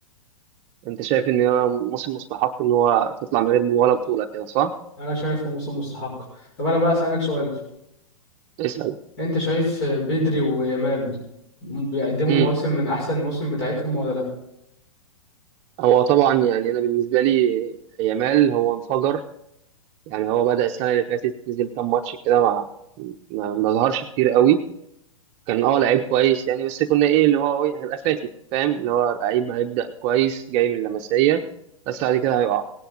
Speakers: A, on the right; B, on the left.
A: انت شايف ان هو موسم مستحق ان هو تطلع من غير ولا بطولة كده صح؟
B: انا شايفه موسم مستحق طب انا بقى اسالك سؤال
A: اسأل
B: انت شايف بدري ويامال بيقدموا
A: امم
B: مواسم من احسن المواسم بتاعتهم ولا لا
A: هو طبعا يعني انا بالنسبة لي يامال هو انفجر يعني هو بدأ السنة اللي فاتت نزل كام ماتش كده ما ما ما ظهرش كتير قوي كان اه لعيب كويس يعني بس كنا ايه اللي هو إيه، هيبقى فاتي فاهم اللي هو لعيب هيبدأ كويس جاي من اللمسية بس بعد كده هيقع